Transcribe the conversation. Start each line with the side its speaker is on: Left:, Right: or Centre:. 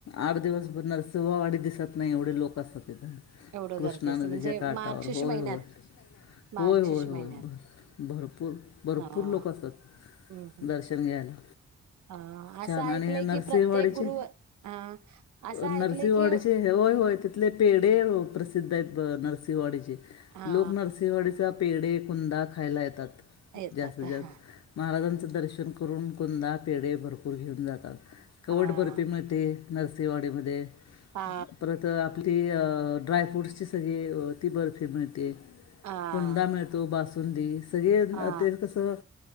Left: आठ दिवस बनणार, सवावाढ दिवसत नाही एवढे लोक असतात तिथं.
Right: एवढं
Left: कृष्णा
Right: गर्दी असं
Left: नदीच्या
Right: म्हणजे
Left: काटावर,
Right: मार्गशीर्ष
Left: होय
Right: महिन्यात
Left: होय. होय-होय-होय.
Right: मार्गशीर्ष महिन्यात
Left: भरपूर भरपूर
Right: हा हम्म
Left: लोक असतात.
Right: हम्म
Left: दर्शन घ्यायला.
Right: हा असं
Left: छान
Right: ऐकलंय
Left: आणि नरसिंहवाडीचे
Right: की प्रत्येक गुरु हा असं ऐकलंय
Left: नरसिंहवाडीचे
Right: की
Left: हे ओ तिथले पेढ प्रसिद्ध आहेत नरसिंवाडीचे.
Right: हा
Left: लोक नरसिंवाडीचा पेढे, कुंदा खायला येतात
Right: येतात
Left: जास्तीत जास्त
Right: हा
Left: माहाराजांचं दर्शन करून कुंदा, पेढे भरपूर घेऊन जातात. कवट
Right: हा
Left: बरफी मिळते. नरसिंवाडीमध्ये.
Right: हा
Left: परत आपली ड्रायफ्रूट्सची सगळी ती बर्फी मिळते.
Right: हा
Left: कुंदा मिळतो. बासुंदी सगळे
Right: हा
Left: ते कसं